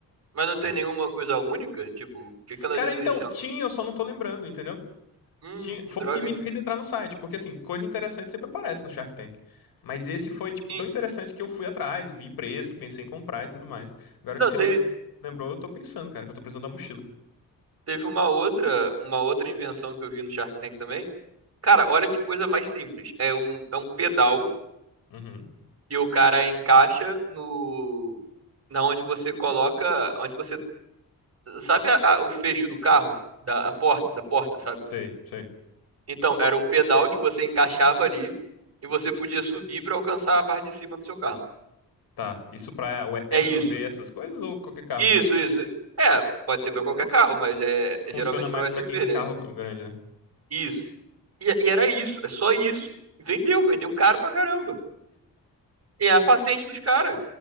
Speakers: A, on the right; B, on the left.
A: Mas não tem
B: É.
A: nenhuma coisa única? Tipo, o que que ela
B: Cara,
A: é diferencial?
B: então, tinha, eu só não tô lembrando, entendeu?
A: Hum,
B: Tinha, foi
A: que droga.
B: o que me
A: hein?
B: fez entrar no site, porque assim, coisa interessante sempre aparece no Shark Tank. Mas esse foi, tipo,
A: Sim.
B: tão interessante que eu fui atrás, vi preço, pensei em comprar e tudo mais. Agora
A: Não,
B: que você
A: teve
B: me le- lembrou, eu tô pensando, cara, que eu tô precisando da mochila.
A: teve uma outra, uma outra invenção que eu vi no Shark Tank também. Cara, olha que coisa mais simples. É um, é um pedal
B: Uhum.
A: que o cara encaixa no, na onde você coloca, onde você Sabe a- a- o fecho do carro? Da a porta, da porta, sabe?
B: Sei, sei.
A: Então, era um pedal que você encaixava ali e você podia subir para alcançar a parte de cima do seu carro.
B: Tá. Isso pra o
A: É
B: SUV,
A: isso.
B: essas coisas, ou qualquer carro?
A: Isso, isso. É, pode ser para qualquer carro, mas é
B: Funciona
A: é geralmente
B: mais
A: para USB,
B: pra quem tem
A: né?
B: carro grande, né?
A: Isso. E, e era isso, é só isso. Vendeu, vendeu caro pra caramba. E é a patente dos caras.